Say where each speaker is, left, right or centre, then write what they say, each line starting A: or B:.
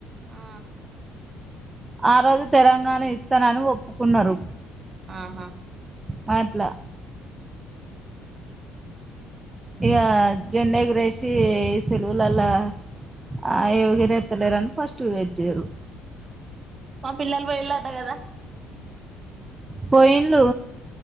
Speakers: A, on the right; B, on the right.
A: ఆ
B: ఆ రోజు తెలంగాణ ఇస్తానని, ఒప్పుకున్నారు.
A: ఆ ఆహా
B: మాట్లా
A: అవు
B: ఇ జెండగ రేషి ఈ సెలవులలా, ఆ ఏ వగర రని ఫస్ట్ వేట్ చేయరు.
A: మా పిల్లలు పోయిలట్టు కదా.
B: పోయిలు